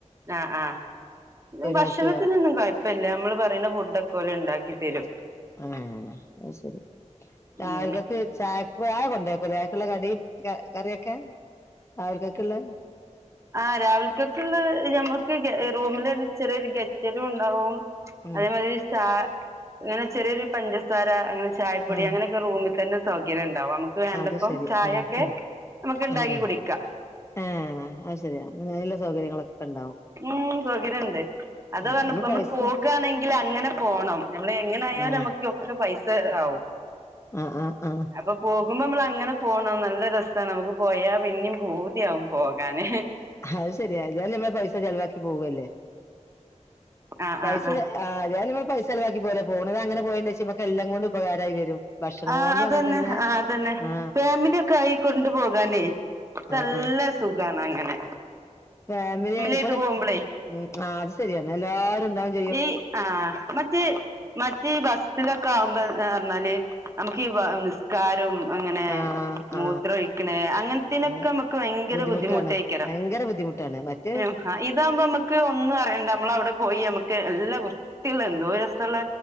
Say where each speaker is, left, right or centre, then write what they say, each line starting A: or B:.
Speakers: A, on the right; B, on the left.
A: ആഹ്‌ ആഹ് ഭക്ഷണത്തിനൊന്നും
B: അവർക്ക്
A: കൊയ് പ്പല്ല്യേ അമ്മള് പറിണ ഫു‌ഡോക്കെ ഓല് ണ്ടാക്കി തരും.
B: ആഹ്‌ അയ് ശരി രാവിലെക്കക്ക്
A: ഉം
B: ചായ ചായ കൊണ്ടേക്കുലെ. ള്ള കടിം കറിയൊക്കെ രാവിൽക്ക്‌ള്ള
A: ആഹ്‌ രാവിൽ ക്കക്ക് ള്ള മ്മക്ക് റൂമിലൊരു ചെറിയൊരു ഗെറ്റലും ണ്ടാവും.
B: ഉം
A: അതേമാതിരി ചാ ങ്ങനെ ചെറിയൊരു പഞ്ചസാര അങ്ങനെ. ചായപ്പൊടി
B: ആഹ്
A: അങ്ങനോക്കെ റൂമിൽ തന്ന സൗകര്യം ണ്ടാവും വേണ്ടപ്പം
B: അത് ശരി
A: ചായൊക്കെ
B: ഉം ഉം
A: അമ്മക്ക് ണ്ടാക്കി
B: ആഹ് ആഹ്
A: കുടിക്കാ.
B: ഏഹ് അയ് ശരിയാ <unintelligible> സൗകര്യങ്ങളൊക്കെ. ക്കണ്ടാവും.
A: ഉം സൗകര്യണ്ട് അതാ പറഞ്ഞ
B: നമ്മള്
A: അ മ്മള്
B: പൈസ
A: പോകാനേങ്കിൽ അങ്ങനെ പോണം ഞമ്മള് എങ്ങനായാലും
B: ആഹ്
A: അമ്മക്ക്. ത്ര പൈസ ആവും.
B: ആഹ് ആഹ് അ
A: അപ്പൊ പോകുമ്പോ മ്മളങ്ങനെ പോണം നല്ല രസണ് അമ്മക്ക് പോയാ പിന്നിം പൂതിആവും പോകാന്.
B: അയ് ശരിയ ഏതായാലും അമ്മള് പൈസ ചെലവാക്കി പോവല്ലേ
A: ആഹ്
B: പൈസ.
A: ആഹ്
B: ആഹ് ഞാനിപ പൈസ ചെലവാക്കി പോവല്ലേ പോണത് അങ്ങനെ പോയന്ന് വെച്ചാ മ്മക്ക് എല്ലാം കൊണ്ടും ഉപകാരായി വരും. ഭക്ഷണം
A: ആഹ്‌
B: കൊണ്ടും
A: അതന്നെ
B: അങ്ങനെ തന്നെ
A: ആഹ്‌ അതന്നെ
B: ആ
A: ഫാമില്യോ ക്കെ ആയി. കൊണ്ടു പോകാനേ നല്ല
B: ആ ആ
A: സുഖാണ് അങ്ങനെ.
B: ഫാമിലി
A: ആയിട്ട്
B: വടെ
A: പോകുമ്പളേ
B: ഉം അഹ് അത് ശരിയന്ന എല്ലാരുംണ്ടാവും.
A: ഈ ആഹ്‌ മറ്റേ. മറ്റീ ബസ്സിലൊക്കെ ആവുമ്പോന്ന് പറഞ്ഞാല് അമ്മക്കീ നിസ് കാരും അങ്ങനെ
B: ആ ആ
A: മൂത്രൊഴിക്കണ
B: ആ
A: അങ്ങൻത്തേനൊക്കെ
B: അതെ
A: അമ്മക്ക് ഭയങ്കര
B: ബുദ്ധിമുട്ടാണ്
A: ബുദ്ധിമുട്ടേക്കാരം.
B: ഭയങ്കര ബുദ്ധിമുട്ടാണ് മറ്റേ.
A: ആഹ്‌ ഇതാവുമ്പോ മ്മക്ക് ഒന്നും അറിയണ്ട നമ്മളവിടെ പോയി അമ്മ ക്ക്‌ എല്ലാ വൃത്തിള്ള എന്തോര് രസള്ള.